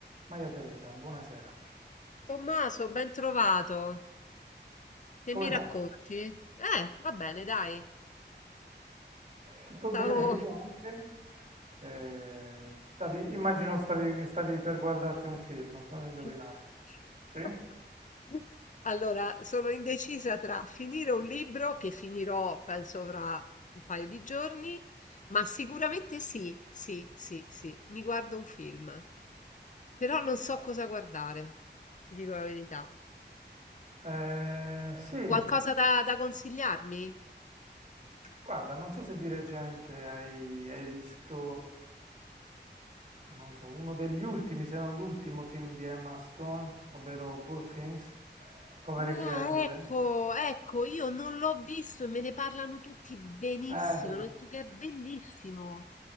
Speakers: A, on the right (about 45°); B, on the left (about 45°).
A: Maria Teresa, buonasera.
B: Tommaso, ben trovato. Che mi
A: Come
B: racconti?
A: va?
B: Eh, va bene, dai.
A: Tutto
B: Stavo...
A: bene? Io anche? Eh, stavi- immagino stavi, stavi per guardarti un film, fammi indovinare.
B: <laughs>
A: Sì?
B: Allora, sono indecisa tra finire un libro che finirò, penso, fra un paio di giorni, ma sicuramente sì, sì, sì, sì, mi guardo un film. Però non so
A: Beh.
B: cosa guardare, ti dico la verità.
A: Eh, sì,
B: Qualcosa da, da consigliarmi?
A: guarda, non so se di recente hai, hai visto, non so, uno degli ultimi, se non l'ultimo film di Emma Stone, ovvero Poor Things, Povere
B: Ah,
A: creature.
B: ecco, ecco, io non l'ho visto e me ne parlano tutti benissimo.
A: Eh beh,
B: Hanno detto che è bellissimo.